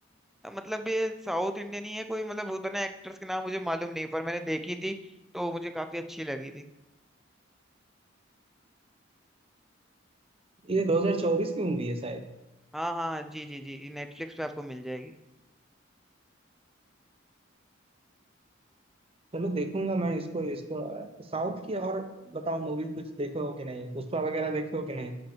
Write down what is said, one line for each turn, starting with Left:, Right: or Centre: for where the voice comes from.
Centre: अब मतलब ये साउथ इंडियन ही है कोई मतलब उतने एक्टर्स के नाम मुझे मालूम नहीं पर मैंने देखी थी तो मुझे काफी अच्छी लगी थी
Right: ये 2024 की मूवी है शायद
Centre: हाँ हाँ हाँ जी जी जी नेटफ्लिक्स पे आपको मिल जाएगी
Right: चलो देखूंगा मैं इसको इसको साउथ की और बताओ मूवी कुछ देखे हो कि नहीं पुष्पा वगैरह देखे हो कि नहीं